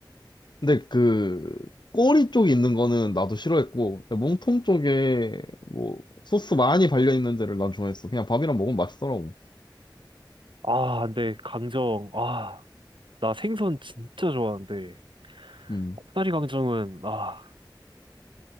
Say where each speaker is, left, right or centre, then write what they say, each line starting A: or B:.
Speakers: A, on the left (about 65°); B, on the right (about 85°).
A: 근데 그 꼬리 쪽에 있는 거는 나도 싫어했고 몸통 쪽에 뭐 소스 많이 발려 있는 데를 난 좋아했어. 그냥 밥이랑 먹으면 맛있더라고.
B: 아, 근데 강정, 아, 나 생선 진짜 좋아하는데
A: 음.
B: 코다리 강정은 아.